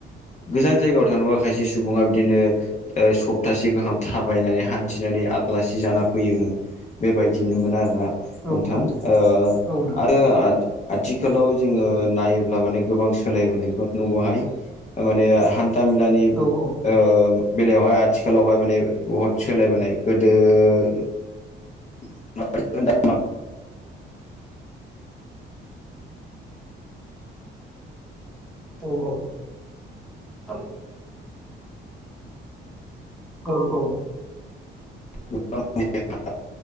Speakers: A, on the left (about 35°); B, in the centre.
A: गोजान जायगायाव थांबा खायसे सुबुङा बिदिनो ओ सप्तासे गाहाम थाबायनानै हान्थिनानै आलासि जाना फैयोमोन बेबायदिनोमोन आरोना
B: औ
A: नोंथां
B: औ
A: ओ
B: औ नोंथां
A: आरो
B: औ
A: आथिखालाव जोङो नायोब्ला माने गोबां सोलायबोनायखौ नुबावहाय माने तामिलानि
B: औ औ
A: ओ बेलायावहाय आथिखालावहाय माने बहुद सोलायबोनाय गोदो <unintelligible>
B: औ औ आ औ औ
A: <inaudible>